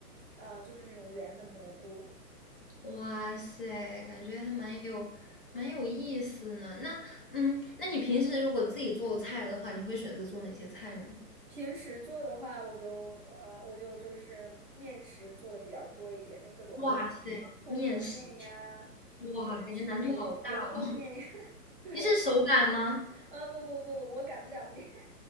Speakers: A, on the right; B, on the left.
A: 嗯就是那种圆的蘑菇。
B: 哇塞，感觉还蛮有蛮有意思呢。那嗯，那你平时如果自己做菜的话，你会选择做哪些菜呢？
A: 平时做的话，我就呃我就就是面食做的比较多一点，就各种面，
B: 哇塞，
A: 葱油面呀，
B: 面食，哇，
A: 或者是油泼面呀。
B: 感觉难度好大哦。<laughs>
A: <laughs> 对，
B: 你是手擀吗？
A: 啊不不不不，我擀不了面。